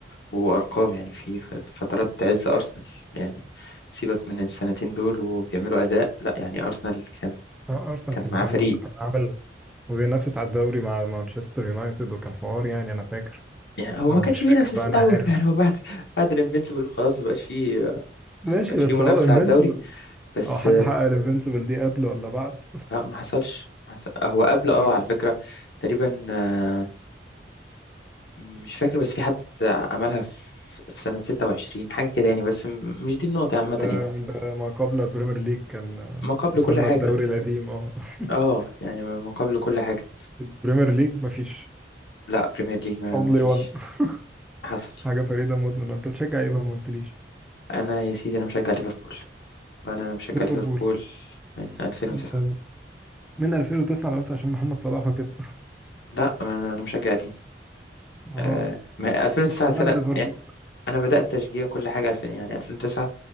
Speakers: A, on the left; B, in the centre.
A: وأرقام يعني في ف- فترات عز أرسنال يعني سيبك من السنتين دول وبيعملوا أداء لا يعني أرسنال كان
B: آه، ارسنال
A: كان
B: كان
A: معاه
B: كان
A: فريق
B: كان عامل وبينافس على الدوري مع مانشستر يونايتد وكان حوار يعني انا فاكر
A: يعني هو
B: او
A: ما كانش
B: مش فاكر
A: بينافس
B: بقى انا
A: قوي
B: عارف
A: <laughs> يعني هو بعد بعد الانفينسيبل خلاص ما بقاش فيه
B: ماشي
A: ما بقاش
B: بس
A: فيه منافسة
B: هو انفينسيبل
A: على الدوري بس
B: او حد
A: آه،
B: حقق الانفينسيبل دي قبله ولا بعد
A: لا ما حصلش ما حصل- هو قبل اه
B: ده جامد.
A: على فكرة تقريبا آه، مش فاكر بس في حد عملها في في سنة 26 حاجة كده يعني بس م- مش دي النقطة عامة
B: ده
A: يعني
B: من ده ما قبل البريمير ليج كان آه،
A: ما قبل
B: مسمى
A: كل حاجة
B: الدوري القديم اه <laughs>
A: اه يعني ما ما قبل كل حاجة
B: البريمير ليج مفيش
A: لا بريمير ليج ما
B: اونلي
A: ما فيش
B: وان
A: حصل
B: <laughs> حاجه فريده مدمنه انت بتشجع ايه بقى ما قلتليش
A: انا يا سيدي انا مشجع ليفربول وانا مشجع
B: ليفربول
A: ليفربول من 2009
B: أنت من 2009 انا قلت عشان محمد صلاح وكده
A: لا انا انا مشجع قديم
B: اه
A: آه ما 2009
B: اشمعنى
A: سنه
B: ليفربول
A: يعني
B: بقى؟
A: انا بدات تشجيع كل حاجه 2000 يعني 2009